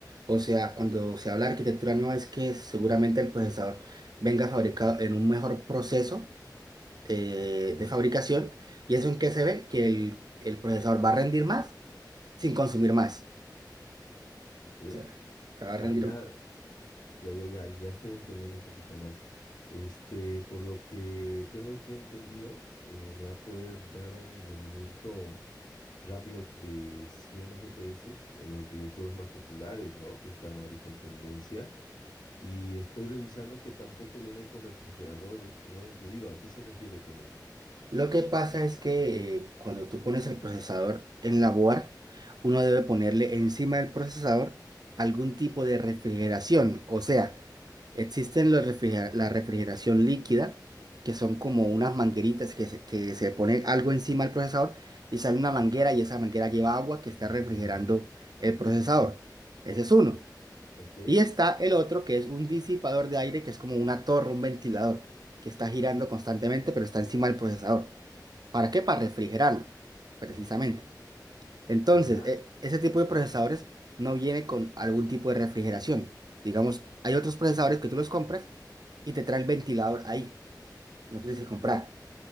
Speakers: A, on the right (about 65°); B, on the left (about 70°).
A: O sea, cuando se habla de arquitectura nueva es que seguramente el procesador venga fabricado en un mejor proceso eh,
B: ajá,
A: de fabricación. ¿Y eso en qué se ve? Que el, el procesador va a rendir más sin consumir más.
B: ok.
A: O sea, o sea, va a
B: Ah,
A: rendir
B: ya, ya, ya, ya, ya estoy entendiendo un poquito más. Este, por lo que tengo aquí entendido, eh, me va a poder dar un rendimiento rápido de 100 FPS en los videojuegos más populares, ¿no? Que están ahorita en tendencia. Y estoy revisando que tampoco viene con refrigerador no incluido. ¿A qué se refiere con eso?
A: Lo que pasa es que eh, cuando tú pones el procesador en la board, uno debe ponerle encima del procesador algún tipo de refrigeración. O sea, existen los refrigera- la refrigeración líquida, que son como unas mangueritas que se, que se pone algo encima del procesador y sale una manguera y esa manguera lleva agua que está refrigerando el procesador. Ese es uno.
B: Ok,
A: Y está el otro que es un disipador de aire, que es como una torre, un ventilador, que está girando constantemente, pero está encima del procesador. ¿Para qué? Para refrigerarlo, precisamente. Entonces,
B: ya.
A: e- ese tipo de procesadores no viene con algún tipo de refrigeración. Digamos, hay otros procesadores que tú los compras y te trae el ventilador ahí. No tienes que comprar.